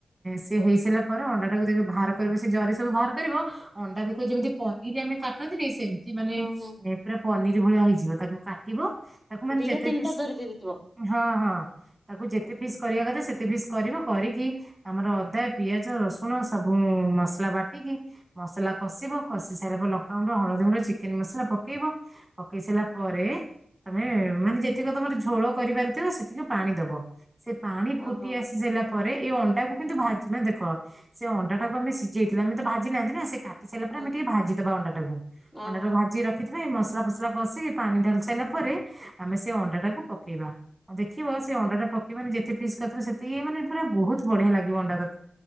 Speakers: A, on the right (about 20°); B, on the left (about 20°).
A: ସେ ହେଇସାରିଲା ପରେ ଅଣ୍ଡାଟାକୁ ଦେଖିବ ବାହାର କରିବ, ସେ ଜରି ସବୁ ବାହାର କରିବ ଅଣ୍ଡା ଦେଖିବ ଯେମିତି ପନିର ଆମେ କାଟନ୍ତି ନେଇଁ ସେମିତି ମାନେ
B: ହଁ ହଁ
A: ପୁରା ପନିର ଭଳିଆ ହେଇଯିବ, ତାକୁ କାଟିବ ତାକୁ ମାନେ
B: ଦିଟା
A: ଯେତେ
B: ତିନିଟା
A: ପିସ୍
B: ଜରି ଦେଇଦେଇଥିବ
A: ହଁ ହଁ। ତାକୁ ଯେତେ
B: ଓହୋ
A: ଫିସ୍ କରିବା କଥା ସେତେ ଫିସ୍ କରିବ, କରିକି ଆମର ଅଦା, ପିଆଜ, ରସୁଣ, ସବୁ ମସଲା ବାଟିକି ମସଲା କଷିବ କଷି ସାଇଲା ପରେ ଲଙ୍କାଗୁଣ୍ଡ, ହଳଦୀ ଗୁଣ୍ଡ, ଚିକେନ ମସଲା ପକେଇବ। ପକେଇ ସାଇଲା ପରେ ତମେ ମାନେ ଯେତିକ ତମର ଝୋଳ କରିବାରଥିବ ସେତିକି ପାଣି ଦବ। ସେ ପାଣି ଫୁଟି
B: ଓହୋ
A: ଆସି ଲା ପରେ ଏ ଅଣ୍ଡାକୁ କିନ୍ତୁ ଭାଜି ମାନେ ଦେଖ, ସେ ଅଣ୍ଡାଟାକୁ ଆମେ ସିଝେଇଥିଲେ, ଆମେ ତ ଭାଜି ନାହାଁନ୍ତି ନା ସେ କା କାଟି ସାଇଲା ପରେ
B: ହୁଁ।
A: ଆମେ ଟିକେ ଭାଜିଦବା ଅଣ୍ଡାଟାକୁ।
B: ଓହୋ
A: ଅଣ୍ଡାଟାକୁ ଭାଜିକି ରଖିଥିବା ଏଇ ମସ ମସଲା ଫସଲା କଷିକି ପାଣି ଢ଼ାଳି ସାରିଲା ପରେ, ଆମେ ସେ ଅଣ୍ଡାଟାକୁ ପକେଇବା। ଦେଖିବ ସେ ଅଣ୍ଡାଟା ପକେଇବ ମାନେ ଯେତେ ପିସ୍ କରିଥିବ ସେତେ ଇଏ ମାନେ ପୁରା ବହୁତ ବଢିଆ ଲାଗିବ ଅଣ୍ଡା ତର